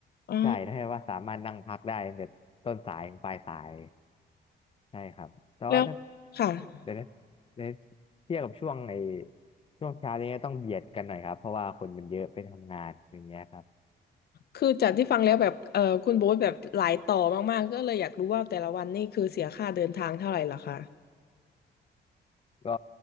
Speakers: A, on the left; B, on the left.
A: อ๋อ
B: ใช่ถ้าว่าสามารถนั่งพักได้ตั้งแต่ต้นสายถึงปลายสายใช่ครับแต่ว่าถ้า
A: แล้วค่ะ
B: เดี๋ยวนะเดี๋ยวเทียบกับช่วงไอ้ช่วงเช้านี้ต้องเบียดกันหน่อยครับเพราะว่าคนมันเยอะไปทำงานอย่างเงี้ยครับ
A: คือจากที่ฟังแล้วแบบเออคุณโบ๊ทแบบหลายต่อมากๆก็เลยอยากรู้ว่าแต่ละวันนี่คือเสียค่าเดินทางเท่าไหร่ล่ะคะ
B: ก็